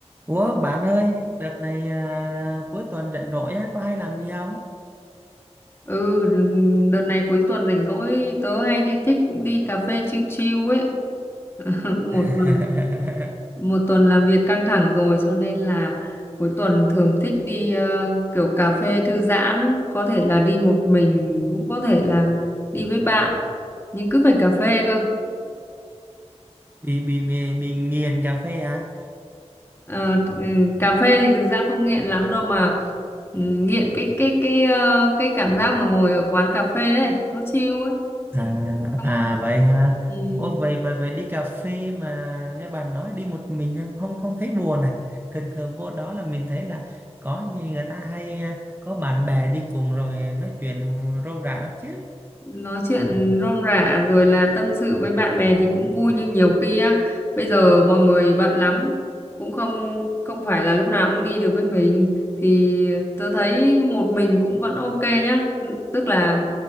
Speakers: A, on the right; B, on the left.
A: Ủa bạn ơi, đợt này à, cuối tuần rảnh rỗi á, có hay làm gì không?
B: Ừ, đợt này cuối tuần rảnh rỗi tớ hay đi thích đi cà phê chill chill ấy. <laughs> Một
A: <laughs>
B: tuần một tuần làm việc căng thẳng rồi cho nên là cuối tuần thường thích đi ờ, kiểu cà phê thư giãn, có thể là đi một mình cũng có thể là đi với bạn, nhưng cứ phải cà phê cơ.
A: bị, bị bị bị nghiền cà phê hả?
B: Ờ, ừ, cà phê thì thực ra không nghiện lắm đâu mà ừ, nghiện cái cái cái ờ, cái cảm giác mà ngồi ở quán cà phê ấy, nó chill ấy.
A: À,
B: Xong,
A: à vậy hả?
B: ừ.
A: Ủa vậy vậy vậy đi cà phê mà nghe bạn nói đi một mình không không thấy buồn à? Thường thường vô đó là mình thấy là có gì người ta hay à, có bạn bè đi cùng rồi nói chuyện rôm rả lắm chứ.
B: nói chuyện rôm rả rồi là tâm sự với bạn bè thì cũng vui nhưng nhiều khi á bây giờ mọi người bận lắm cũng không không phải là lúc nào cũng đi được với mình thì tớ thấy một mình cũng vẫn ok nhá tức là